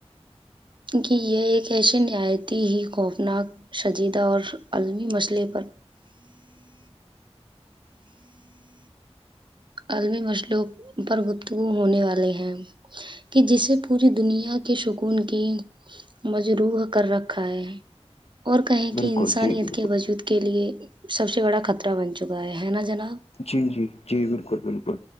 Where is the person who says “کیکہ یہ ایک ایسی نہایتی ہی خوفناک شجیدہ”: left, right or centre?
Right